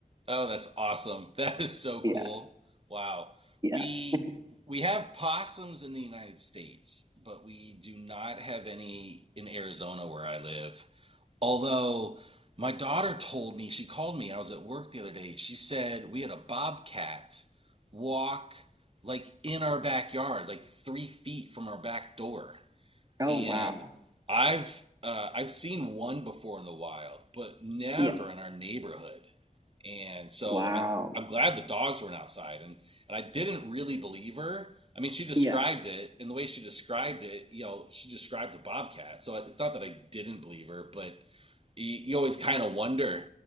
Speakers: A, on the right; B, on the right.
A: Oh, that's awesome. <laughs> That is so
B: Yeah,
A: cool. Wow.
B: yeah.
A: We
B: <laughs>
A: we have possums in the United States, but we do not have any in Arizona where I live. Although my daughter told me, she called me, I was at work the other day. She said we had a bobcat walk like in our backyard, like three feet from our back door
B: Oh
A: and
B: wow.
A: I've uh, I've seen one before in the wild, but never
B: Yeah.
A: in our neighborhood. And so
B: Wow.
A: I, I'm glad the dogs weren't outside. And and I didn't really believe her. I mean, she described
B: Yeah.
A: it, and the way she described it, you know, she described a bobcat. So it's not that I didn't believe her, but you, you always kind of wonder.